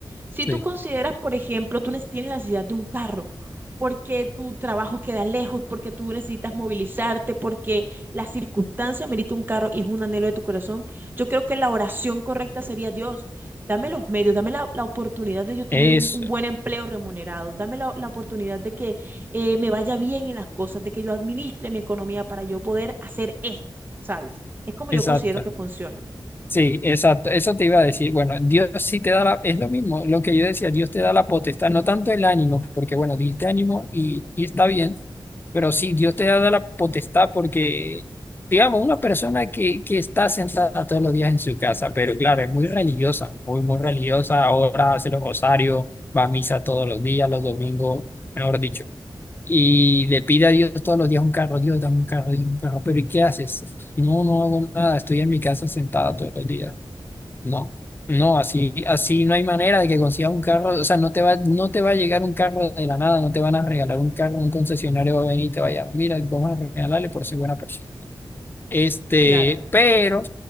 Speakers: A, on the right; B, on the left.
A: Si
B: Sí.
A: tú consideras, por ejemplo, tú nes- tienes la necesidad de un carro, porque tu trabajo queda lejos, porque tú necesitas movilizarte, porque la circunstancia merita un carro y es un anhelo de tu corazón, yo creo que la oración correcta sería, Dios, dame los medios, dame la, la oportunidad de yo tener
B: Eso,
A: un, un buen empleo remunerado, dame la, la oportunidad de que eh, me vaya bien en las cosas, de que yo administre mi economía para yo poder hacer esto, ¿sabes? Es como
B: exacto.
A: yo considero que funciona.
B: Sí, exacto. Eso te iba a decir. Bueno, Dios sí te da la, es lo mismo, lo que yo decía, Dios te da la potestad, no tanto el ánimo, porque bueno, dijiste ánimo y, y está bien, pero sí, Dios te da la potestad porque, digamos, una persona que, que está sentada todos los días en su casa, pero claro, es muy religiosa, muy, muy religiosa, ahora hace los rosarios, va a misa todos los días, los domingos, mejor dicho y le pide a Dios todos los días un carro, Dios, dame un carro, Dios, un carro, pero ¿y qué haces? No, no hago nada, estoy en mi casa sentada todo el día. No, no, así, así no hay manera de que consigas un carro, o sea, no te va, no te va a llegar un carro de la nada, no te van a regalar un carro, un concesionario va a venir y te va a llamar, mira, vamos a regalarle por ser buena persona. Este,
A: Claro.
B: pero